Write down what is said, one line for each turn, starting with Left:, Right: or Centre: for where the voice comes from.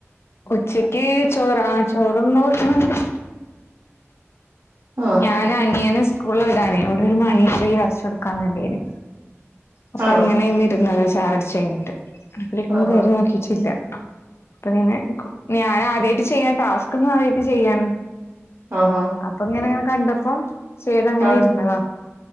Left: ഉച്ചക്ക് ചോറ് ആ ചോറെന്നും വക്ക്ണ് ണ്ട്.
Right: ആ
Left: ഞാൻ അനിയന് സ് കൂളില് വിടാനെ ഓനൊരു മണിശ്രീ വരച്ചു കൊടുക്കാന്ണ്ടേന്. അപ്പ
Right: ആണോ
Left: അങ്ങനെ ഇന്ന് ഇര്ന്നതാ ചായുടിച്ചയ്യ്ഞ്ഞ്ട്ട്. അപ്പള് ഇപ്പൊന്നും
Right: ആഹാ
Left: കേറി നോക്കീട്ടില്ല. ഇപ്പോ എങ്ങനെ കൊ ഞ ഞാൻ ആദ്യായിട്ട് ചെയ്യ. ടാസ്ക് ഒന്നും ആദ്യായിട്ട് ചെയ്യാണ്.
Right: ആഹാ
Left: അപ്പൊങ്ങനെ കണ്ടപ്പോ ചെയ്തങ്ങനെ
Right: ആ
Left: ഇരുന്നത.